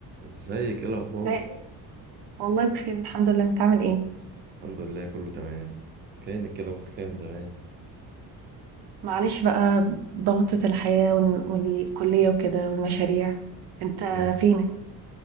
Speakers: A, on the right; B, on the right.
A: ازيك ايه الاخبار
B: لا والله بخير الحمد لله انت عامل ايه
A: الحمد لله كله تمام فينك كده مختفيه من زمان
B: معلش بقى ضغطة الحياة وال- والكلية وكده والمشاريع انت
A: آه.
B: فينك